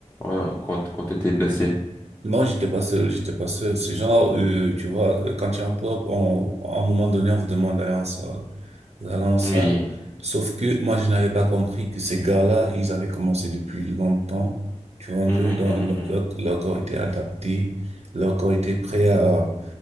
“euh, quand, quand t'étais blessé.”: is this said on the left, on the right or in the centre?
Left